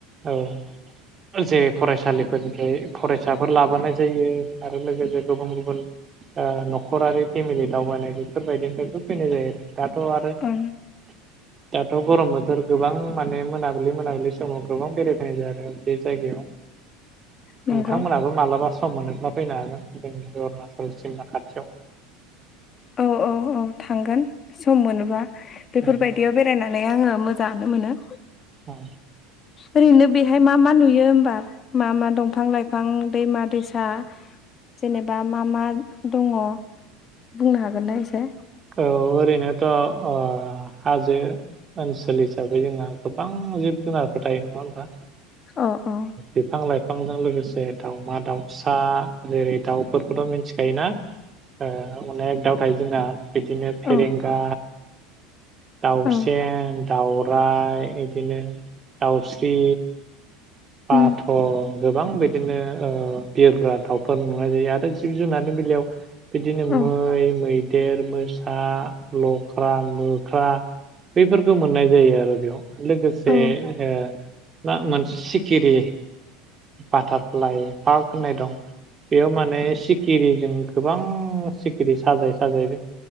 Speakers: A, on the right; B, on the left.
A: औ जेरै फरायसालिफोरनिफ्राय फरायसा साफोर लाबोनानाय जायो आरो लोगोसे गुबुन गुबुन ओ न'खरारि फेमिलि दावबायनाय बेफोरबायदिनिफ्रायबो फैनाय जायो आरो दाथ' आरो
B: ओं
A: दाथ' गरम बोथोर गोबां माने मोनाबिलि मोनाबिलि समाव गोबां बेरायफैनाय जायो आरो बे जायगायाव
B: नंगौ
A: नोंथांमोनाबो मालाबा सम मोनोब्ला फैनो हागोन जोंनि अरुणचल सिमना खाथियाव
B: औ औ औ थांगोन सम मोनोबा बेफोर
A: औ
B: बायदियाव बेरायनानै <unintelligible> आङो मोजाङानो मोनो
A: औ
B: ओरैनो बेहाय मा मा नुयो होनबा मा मा दंफां लाइफां दैमा दैसा जेनेबा मा मा दङ बुंनो हागोनना एसे
A: औ ओरैनोथ'ओ हाजो ओनसोल हिसाबै जोंहा गोबां जिब जुनारफोर थायो नङा होनोमबा
B: अ अ
A: बिफां लाइफां बिफांजों लोगोसे दाउमा दाउसा जेरै दाउफोरखौथ' मिथिखायोना ओ अनेख दाउ थायो जोंना बिदिनो फेरेंगा
B: औ
A: दाउसेेन
B: औ
A: दाउराय इदिनो दाउस्रि बाथ'
B: उम
A: गोबां बिदिनो ओ बिरग्रा दाउफोर नुनाय जायो आरो जिब जुनारनि बेलायाव बिदिनो
B: औ
A: मै मै देर मोसा लख्रा मोख्रा बैफोरखौ मोननाय जायो आरो बेयाव लोगोसे
B: औ
A: ओ ना मोनसे सिखिरि बाटारफ्लाइ पार्क होननाय दं बेयाव माने सिखिरिजों गोबां सिखिरि साजाय साजायै